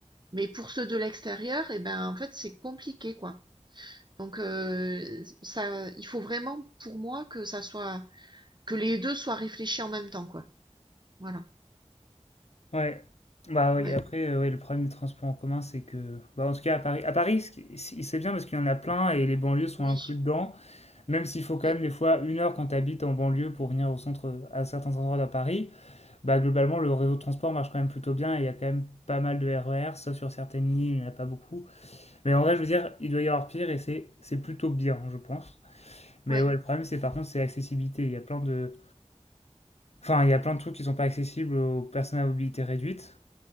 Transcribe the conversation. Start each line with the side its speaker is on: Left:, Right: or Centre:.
Right: mais pour ceux de l'extérieur et ben, en fait, c'est compliqué, quoi. Donc, heu, ça il faut vraiment pour moi que ça soit que les 2 soient réfléchis en même temps, quoi. Voilà.
Left: Ouais. Bah oui,
Right: Ouais.
Left: après, euh, ouais, le problème des transports en commun, c'est que... Bah, en tout cas, à Paris, à Paris ce qui- c'est c'est bien parce qu'il y en a plein et les banlieues sont
Right: Oui.
Left: inclus dedans. Même s'il faut quand
Right: Ouais.
Left: même des fois une heure quand tu habites en banlieue pour venir au centre, à certains endroits de Paris, bah globalement le réseau de transport marche quand même plutôt bien et il y a quand même pas mal de RER, sauf sur certaines lignes, il n'y en a pas beaucoup. Mais en vrai, je veux dire, il doit y avoir pire et c'est c'est plutôt bien, je pense. Mais
Right: Ouais.
Left: ouais, le problème c'est par contre c'est l'accessibilité. Il y a plein de, enfin il y a plein de trucs qui sont pas accessibles aux personnes à mobilité réduite.